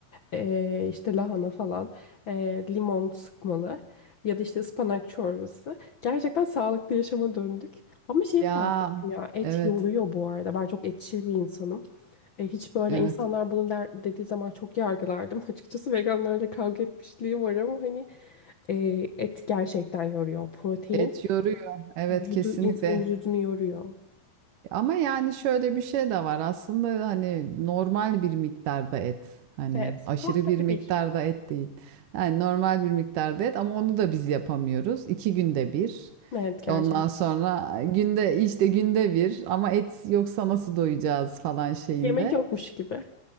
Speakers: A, on the left (about 75°); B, on the right (about 65°).
A: ee, işte lahana falan, ee, limon sıkmalı ya da işte ıspanak çorbası. Gerçekten sağlıklı yaşama döndük. Ama şey
B: Ya
A: fark ettim ya et
B: evet
A: yoruyor bu arada. Ben çok etçil bir insanım. E, hiç böyle
B: evet.
A: insanlar bunu der, dediği zaman çok yargılardım. <laughs> Açıkçası veganlarla kavga etmişliğim var ama hani e, et gerçekten yoruyor. Protein
B: Et yoruyor. Evet
A: vücudu
B: kesinlikle.
A: insanın vücudunu yoruyor.
B: Ama yani şöyle bir şey de var. Aslında hani normal bir miktarda et. Hani
A: Evet.
B: aşırı
A: Haftada
B: bir miktarda
A: bir.
B: et değil. Yani normal bir miktarda et ama onu da biz yapamıyoruz. İki günde bir.
A: Evet gerçek.
B: Ondan sonra günde işte günde bir ama et yoksa nasıl doyacağız falan şeyinde.
A: Yemek yokmuş gibi.